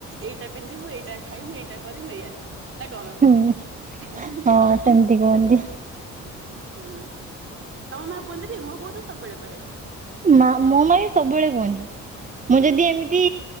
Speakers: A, on the right; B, on the right.
A: ଏଇଟା ପିନ୍ଧିବୁ ଏଇଟା ଖାଇବୁ ଏଇଟା କରିମୁ ଏୟା। ନାଁ କଣ
B: ହୁଁ
A: <unintelligible>
B: ହଁ ସେମିତି କୁହନ୍ତି।
A: ହୁଁ ତମ ମା କୁହନ୍ତିନି ମୋ ବୋଉ ତ ସବୁବେଳେ କହେ?
B: ମା ମୋ ମା ବି ସବୁବେଳେ କୁହନ୍ତି
A: ହୁଁ
B: ମୁଁ ଯଦି ଏମିତି